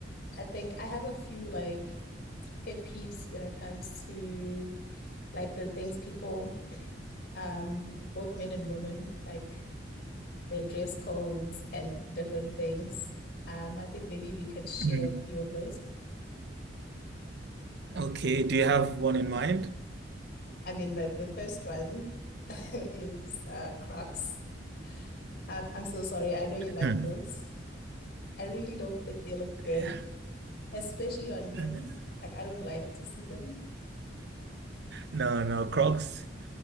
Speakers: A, on the left; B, on the right.
A: I think I have a few like pet peeves when it comes to like the things people, um, both men and women, like their dress codes and different things. Um, I think maybe we could share
B: Hmm.
A: a few of those.
B: Okay. Do you have one in mind?
A: I mean, but the first one <laughs> is uh, Crocs. Um, I'm so sorry. I know you like
B: Hmm.
A: those. I really don't think they look good,
B: Yeah.
A: especially on men.
B: <laughs>
A: Like I don't like to see them.
B: No, no, Crocs.